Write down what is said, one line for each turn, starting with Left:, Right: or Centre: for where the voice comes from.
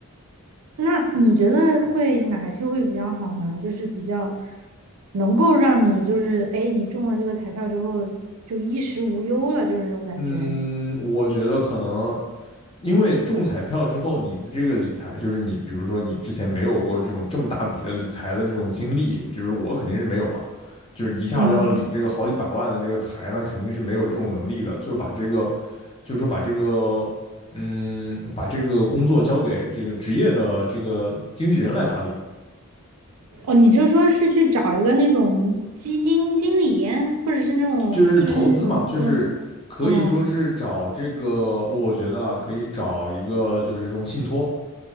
Right: 那你觉得会哪些会比较好呢？就是比较能够让你就是哎，诶你中了这个彩票之后就衣食无忧了，就是那种感觉。
Left: 嗯，我觉得可能。因为中彩票之后，你的这个理财，就是你比如说你之前没有过这种这么大笔的理财的这种经历，就是我肯定是没有嘛，就是一下子要理这个好几百万的这个财，
Right: 嗯，
Left: 那肯定是没有这种能力的，就把这个就是说把这个嗯把这个工作交给这个职业的这个经纪人来打理，
Right: 哦，你就说是去找一个那种基金经理，或者是那种就是那种这种
Left: 就是投资嘛，就是可以说是找这个，
Right: 嗯
Left: 我觉得啊，可以找一个就是这种信托。